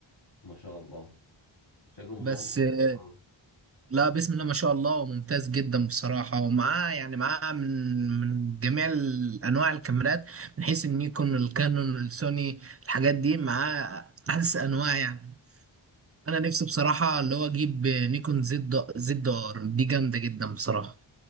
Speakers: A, on the left; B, on the right.
A: ما شاء الله شكله مصور
B: بس
A: مختلف
B: آه،
A: اه
B: لا بسم الله ما شاء الله وممتاز جدا بصراحه ومعاه يعني معاه من من جميع ال- انواع الكاميرات من حيث النيكون الكانون السوني الحاجات دي معاه احدث انواع يعني انا نفسي بصراحه اللي هو اجيب آه، نيكون زد زد ار دي جامده جدا بصراحه